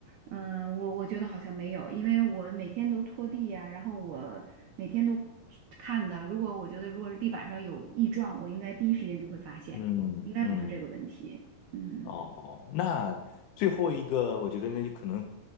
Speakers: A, on the right; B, on the left.
A: 嗯、我我觉得好像没有，因为我每天都拖地呀、然后我每天都看的，如果我觉得如果是地板上有异状，我应该第一时间就会发现，
B: 嗯嗯。
A: 应该不是这个问题，嗯。
B: 哦，那最后一个，我觉得那就可能，